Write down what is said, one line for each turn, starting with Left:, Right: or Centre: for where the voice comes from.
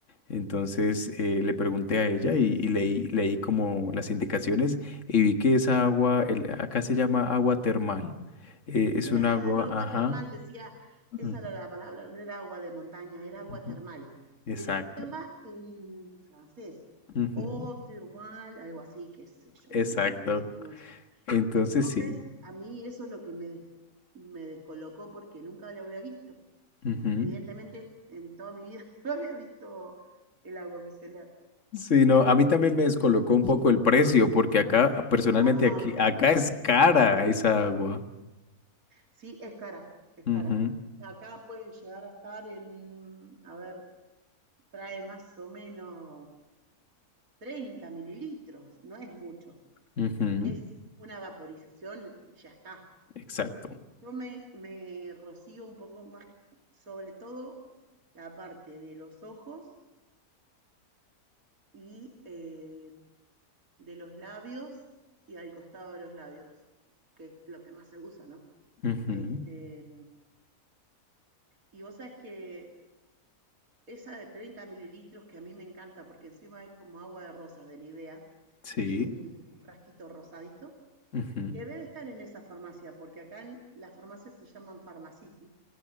Left: Entonces eh, le pregunté a ella y, y leí, leí como las indicaciones y vi que esa agua, el- acá se llama agua termal. Eh, es
Right: Claro,
Left: un agua,
Right: agua
Left: ajá.
Right: termal, decía.
Left: ujú,
Right: Esa era la palabra. No era agua de montaña, era agua
Left: ujú,
Right: termal.
Left: Exacto.
Right: Pero estaba en francés.
Left: ujú,
Right: Eau thermale, algo así, qué sé yo,
Left: Exacto.
Right: no sé cómo se pronuncia.
Left: Entonces
Right: Entonces,
Left: sí.
Right: a mí eso es lo que me, des- me descolocó porque nunca lo había visto.
Left: ujú.
Right: Evidentemente, en toda mi vida <laughs> no había visto el agua micelar.
Left: Sí, no, a mí también me descolocó un poco el precio, porque acá, personalmente
Right: Ah,
Left: aquí, acá es cara esa agua.
Right: sí, es cara, es
Left: Ujú,
Right: cara. Acá puede llegar a estar en, a ver, trae más o menos 30 mililitros, no es mucho,
Left: ujú,
Right: porque es una vaporización y ya está.
Left: Exacto.
Right: Yo me, me rocío un poco más, sobre todo la parte de los ojos y eh, de los labios y al costado de los labios, que es lo que más se usa, ¿no?
Left: ujú,
Right: Este, y vos sabés que esa de 30 mililitros que a mí me encanta porque encima es como agua de rosas de Nivea,
Left: Sí.
Right: es un, un frasquito rosadito,
Left: ujú,
Right: que debe estar en esa farmacia, porque acá en, las farmacias se llaman Pharmacity,